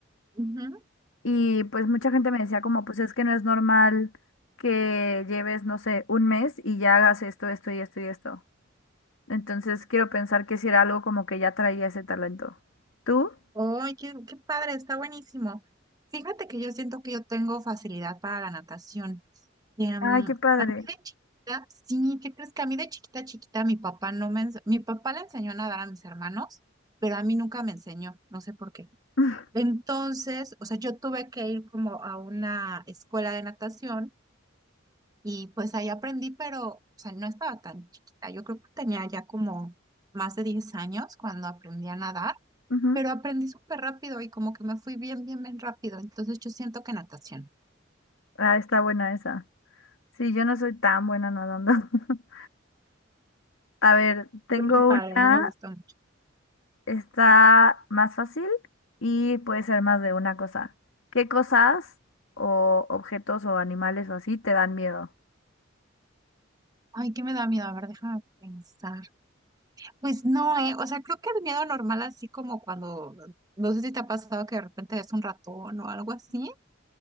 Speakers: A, on the right; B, on the left.
A: Ujú.
B: Y pues mucha gente me decía como, pues es que no es normal que lleves, no sé, un mes y ya hagas esto, esto y esto y esto. Entonces quiero pensar que si era algo como que ya traía ese talento. ¿Tú?
A: ¡Ay, qué, qué padre! Está buenísimo. Fíjate que yo siento que yo tengo facilidad para la natación. Em,
B: Ay, qué padre.
A: de chiquita, sí, ¿qué crees que a mí de chiquita, chiquita, mi papá no me, ens- mi papá le enseñó a nadar a mis hermanos, pero a mí nunca me enseñó, no sé por qué.
B: <laughs>
A: Entonces, o sea, yo tuve que ir como a una escuela de natación Y pues ahí aprendí, pero, o sea, no estaba tan chiquita. Yo creo que tenía ya como más de 10 años cuando aprendí a nadar,
B: Ujú.
A: pero aprendí súper rápido y como que me fui bien, bien, bien rápido. Entonces yo siento que natación.
B: Ah, está buena esa. Sí, yo no soy tan buena nadando. <laughs> A ver, tengo
A: Fue bien padre,
B: una,
A: a mí me gustó mucho.
B: está más fácil y puede ser más de una cosa. ¿Qué cosas o objetos o animales o así te dan miedo?
A: Ay, ¿qué me da miedo? A ver, déjame pensar. Pues no, eh. O sea, creo que el miedo normal, así como cuando, no sé si te ha pasado que de repente ves un ratón o algo así,